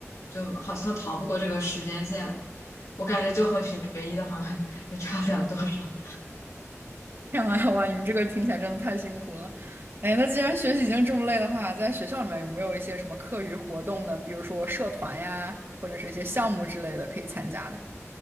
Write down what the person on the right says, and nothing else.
这样啊，哇，你们这个听起来真的太辛苦了。哎，那既然学习已经这么累的话，在学校里面有没有一些什么课余活动呢？比如说社团呀，或者是一些项目之类的可以参加的？